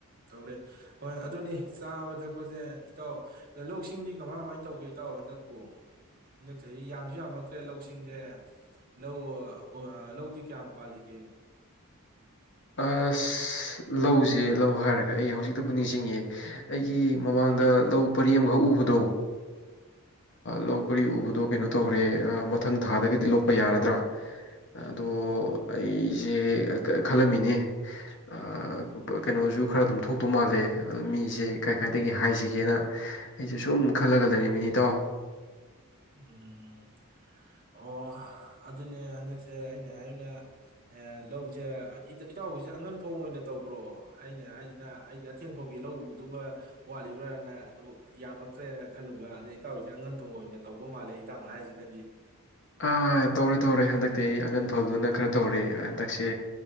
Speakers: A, on the right (about 40°); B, on the left (about 55°).
A: ꯇꯧꯔꯦ ꯍꯣꯏ ꯑꯗꯨꯅꯤ ꯆꯥꯕ ꯊꯛꯄꯁꯦ ꯏꯇꯥꯎ ꯂꯧꯁꯤꯡꯗꯤ ꯀꯃꯥꯏ ꯀꯃꯥꯏ ꯇꯧꯒꯦ ꯏꯇꯥꯎ ꯍꯟꯗꯛꯄꯨ ꯍꯟꯗꯛ ꯆꯍꯤ ꯌꯥꯝꯁꯨ ꯌꯥꯝꯃꯛꯇ꯭ꯔꯦ ꯂꯧꯁꯤꯡꯖꯦ ꯂꯧ ꯂꯧꯗꯤ ꯀꯌꯥꯝ ꯄꯥꯜꯂꯤꯒꯦ
B: ꯑꯁ ꯂꯧꯁꯦ ꯂꯧ ꯍꯥꯏꯔꯒ ꯑꯩ ꯍꯧꯖꯤꯛꯛꯇꯕꯨ ꯅꯤꯡꯁꯤꯡꯉꯦ ꯑꯩꯒꯤ ꯃꯃꯥꯡꯗ ꯂꯧ ꯄꯔꯤ ꯑꯃꯈꯛ ꯎꯕꯗꯣ ꯂꯧ ꯄꯔꯤ ꯎꯕꯗꯣ ꯀꯩꯅꯣ ꯇꯧꯔꯦ ꯑꯥ ꯃꯊꯪ ꯊꯥꯗꯒꯗꯤ ꯂꯣꯛꯄ ꯌꯥꯔꯗ꯭ꯔꯥ ꯑꯗꯣ ꯑꯩꯁꯦ ꯈꯜꯂꯝꯃꯤꯅꯦ ꯑ ꯀꯩꯅꯣꯁꯨ ꯈꯔ ꯑꯗꯨꯝ ꯊꯣꯛꯇꯧ ꯃꯥꯜꯂꯦ ꯑꯗ ꯃꯤꯁꯦ ꯀꯥꯏ ꯀꯥꯏꯗꯒꯤ ꯍꯥꯏꯁꯤꯒꯦꯅ ꯑꯩꯁꯦ ꯁꯨꯝ ꯈꯜꯂꯒ ꯂꯩꯔꯝꯃꯤ ꯏꯇꯥꯎ꯫
A: ꯎꯝ ꯑꯣ ꯑꯗꯨꯅꯦ ꯍꯟꯗꯛꯁꯦ ꯑꯩꯅ ꯍꯥꯏꯅ ꯂꯧꯁꯦ ꯏꯇꯥꯎꯒꯤꯁꯦ ꯑꯉꯟꯐꯧ ꯑꯣꯏꯅ ꯇꯧꯕ꯭ꯔꯣ ꯑꯩꯅ ꯍꯥꯏꯁꯤꯅ ꯑꯩꯒꯤ ꯑꯊꯦꯡ ꯑꯥꯈꯣꯏꯒꯤ ꯂꯧ ꯎꯗꯨꯕ ꯋꯥꯠꯂꯤꯕ꯭ꯔꯥꯅ ꯌꯥꯝꯃꯛꯇ꯭ꯔꯦꯅ ꯈꯜꯂꯨꯕ ꯑꯗꯩ ꯏꯇꯥꯎꯒꯤꯁꯦ ꯑꯉꯟ ꯐꯧ ꯑꯣꯏꯅ ꯇꯧꯕ ꯃꯥꯜꯂꯦ ꯏꯇꯥꯑꯣꯟ ꯍꯥꯏꯖꯤꯅꯗꯤ
B: ꯑꯥ ꯇꯧꯔꯦ ꯇꯧꯔꯦ ꯍꯟꯗꯛꯇꯤ ꯑꯩ ꯑꯉꯟ ꯐꯗꯨꯅ ꯈꯔ ꯇꯧꯔꯦ ꯍꯟꯗꯛꯁꯦ